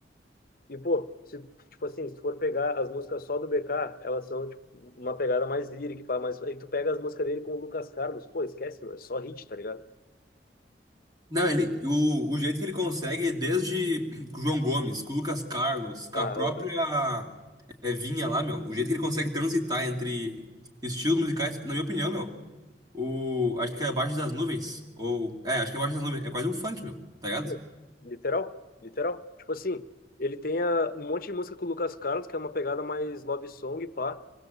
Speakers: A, on the left; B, on the right.
A: E, pô, se, tipo assim, se tu for pegar as músicas só do BK, elas são, tipo, uma pegada mais lírica, pá, mas aí tu pega as músicas dele com o Lucas Carlos, pô, esquece, meu, é só hit, tá ligado?
B: Não, ele. O, o jeito que ele consegue, desde <clears throat> com o João Gomes, com o Lucas Carlos, com
A: Ah,
B: a própria
A: eu-
B: é, Vinha lá, meu, o jeito que ele consegue transitar entre estilos musicais, na minha opinião, meu. O, acho que é Abaixo das Nuvens. Ou. É, acho que é Abaixo das Nuvens. É quase um funk, meu, tá ligado?
A: pô, literal, literal. Tipo assim, ele tem ah, um monte de música com o Lucas Carlos, que é uma pegada mais love song, pá.